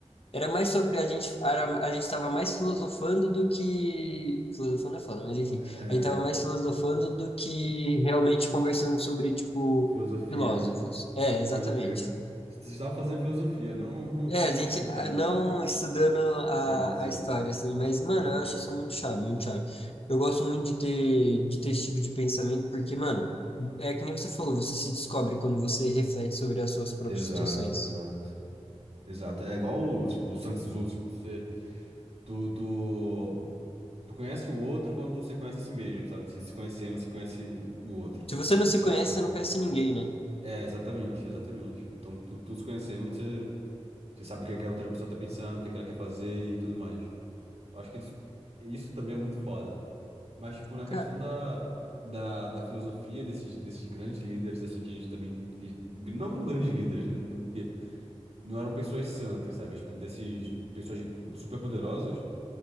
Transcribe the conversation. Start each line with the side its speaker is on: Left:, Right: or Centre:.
Left: Era mais sobre a gente, era, a gente estava mais filosofando do que. Filosofando é foda, mas enfim.
Right: É,
Left: A gente estava mais filosofando do que realmente conversando sobre, tipo,
Right: filosofia,
Left: filósofos.
Right: né?
Left: É, exatamente.
Right: Pode crer. Você estava fazendo filosofia, não <laughs>
Left: É, a gente
Right: estudando,
Left: ah, não
Right: pode crer.
Left: estudando a,
Right: Sim, sim,
Left: a história, assim, mas, mano,
Right: pode
Left: eu
Right: crer.
Left: acho isso muito chave, muito chave. Eu gosto muito de ter, de ter esse tipo de pensamento, porque, mano, é que nem você falou, você se descobre quando você reflete sobre as suas próprias
Right: Exato,
Left: situações.
Right: exato. Exato. É igual, tipo, o Sun Tzu, tipo, você, tu, tu, tu conhece o outro quando você conhece a si mesmo, sabe? Se se conhecendo, você conhece o outro,
Left: Se você não se
Right: basicamente.
Left: conhece, você não conhece ninguém, né?
Right: É, exatamente, exatamente. Então, tu, tu se conhecendo, você, você sabe o que é que a outra pessoa tá pensando, o que é que ela quer fazer e tudo mais. Eu acho que isso, isso também é muito foda. Mas, tipo, na
Left: Ca-
Right: questão da, da, da filosofia desses, desses grandes líderes, assim, que a gente também. Que, não, não grandes líderes, né? não- Porque não eram pessoas santas, sabe? Tipo, dessas pessoas super poderosas,